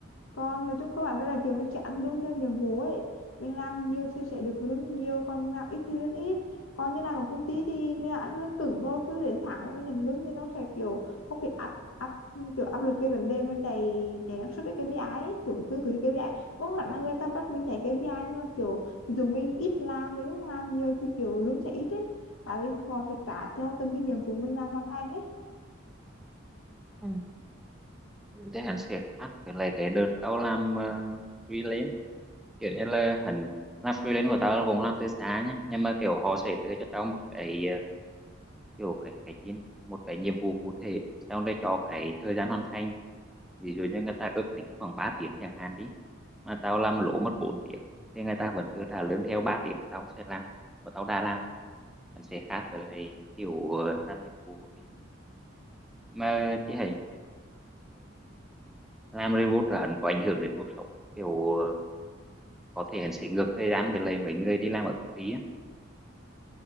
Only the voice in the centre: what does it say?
đúng thế anh sẽ khác với lại cái đợt tao làm ờ, freelance kiểu như là hẳn làm freelance của tao là cũng làm từ xa nhá nhưng mà kiểu họ sẽ đưa cho tao một cái ờ, kiểu cái cái chín một cái nhiệm vụ cụ thể xong rồi cho cái thời gian hoàn thành ví dụ như người ta ước tính khoảng 3 tiếng chẳng hạn đi mà tao làm lỗ mất bốn tiếng thì người ta vẫn cứ trả lương theo 3 tiếng tao sẽ làm và tao đã làm hẳn sẽ khác với lại kiểu ờ, làm nhiệm vụ của mình mà chị hãy làm robot là hắn có ảnh hưởng đến cuộc sống kiểu ờ, có thể hắn sẽ ngược thời gian về lại mấy người đi làm ở công ty á